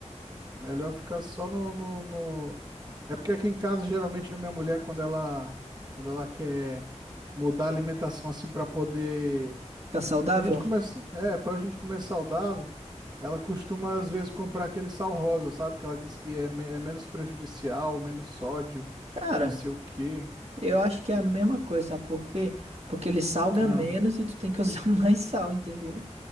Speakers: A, on the right (about 35°); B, on the right (about 60°).
A: melhor ficar só no, no, no- É porque aqui em casa, geralmente, a minha mulher, quando ela, quando ela quer mudar a alimentação assim pra poder
B: Fica saudável?
A: A gente começa, é, para a gente comer saudável, ela costuma às vezes comprar aquele sal rosa, sabe? Que ela diz que é, me- é menos prejudicial, menos sódio,
B: Cara,
A: não sei o quê.
B: eu acho que é a mesma coisa, sabe por quê? Porque ele salga
A: Ah,
B: menos e tu tem que usar <laughs> mais sal, entendeu?